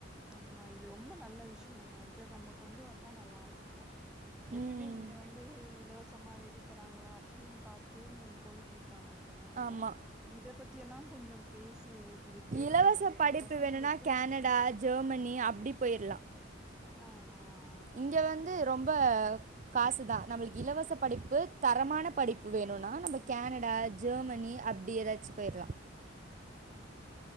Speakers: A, in the centre; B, on the right.
A: ஆமா இது ரொம்ப நல்ல விஷ்யோம்மா இத நம்ம கொண்டு வந்தா நல்லாருக் கு எப்பயுமே
B: ம்
A: இங்க வந்து இலவ சமா எது தராங்களா அப்டின் பாத்தே இன்னு போய்ட்ருக்காங்க ஜனங்க
B: ஆமா
A: இத பத்தி எல்லா கொஞ்சோ பேசி எங்ளுக்கு இது தேவப்படுது
B: இலவச
A: எங்க
B: படிப்பு
A: பசங்களுக்கு
B: வேணும்னா கனடா ஜெர்மனி அப்டி போயிர்லா
A: ஆ ஆ ஆமா
B: இங்க வந்து ரொம்ப காசுதா நம்ளுக்கு இலவச படிப்பு தரமான படிப்பு வேணுனா நம்ப கேனடா ஜெர்மனி அப்டி ஏதாச்சு போயிர்லா
A: ஆ